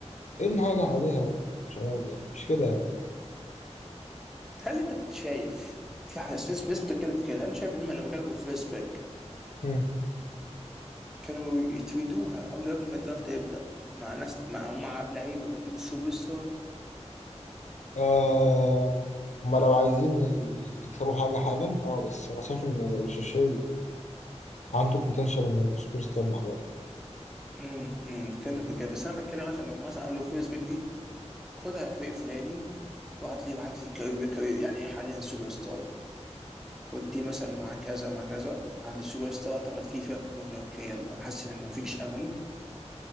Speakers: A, on the left; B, in the centre.
A: ابني حاجه حواليها يا شباب يعني مش كده يعني
B: هل انت كنت شايف في حاجه في ناس ناس بتتكلم في كده هل شايف انهم لما كانوا من الفيرست باك
A: هم.
B: كانوا يتريدوها قبل قبل ما الدرافت يبدا مع ناس مع مع لعيبه ويجيبوا السوبر ستار
A: آه هما لو عايزين ال- يكتبوا حاجه حالا اه بس انا شايف ان الشاشي عنده البوتنشال انه يبقى سوبر ستار مع الوقت
B: امم امم بتكلم في كده بس انا بتكلم مثلا لو مثلا قبل الفيرست باك دي خدها يا فريق فلاني وهات لي وهات لي كاري- كاري- يعني حاليا سوبر ستار خد دي مثلا مع كذا مع كذا وهات لي السوبر ستار اعتقد فيه فيها كانت ممكن اوكي يلا انا حاسس ان احنا مفيش امل